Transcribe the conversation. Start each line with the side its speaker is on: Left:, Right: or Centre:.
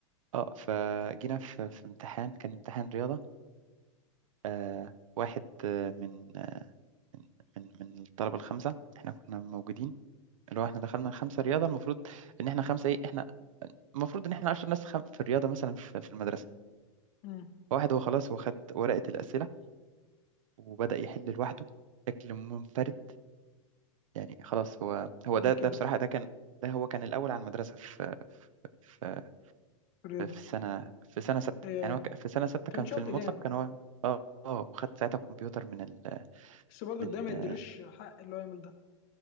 Right: اه فجينا في في امتحان كان امتحان رياضه آه واحد آه، من آه، من من الطلبه الخمسه احنا كنا موجودين اللي هو احنا دخلنا الخمسه رياضه المفروض ان احنا خمسه ايه احنا المفروض ان احنا 10 ناس خم... في الرياضه مثلا في, في المدرسه
Left: مم.
Right: واحد هو خلاص هو خد ورقه الاسئله وبدا يحل لوحده بشكل منفرد يعني خلاص هو هو
Left: ليه
Right: ده
Left: كده
Right: ده بصراحه ده كان ده هو كان الاول على المدرسه في
Left: في الرياضه
Right: في في سنة في سنة ستة
Left: ايوه
Right: يعني
Left: ايوه
Right: هو ك- في سنة ستة
Left: كان
Right: كان
Left: شاطر
Right: في المطلق
Left: يعني
Right: كان هو اه اه وخد ساعتها كمبيوتر من ال
Left: بس برضه
Right: من
Left: ده ما يديلوش
Right: آه،
Left: حق اللي هو يعمل ده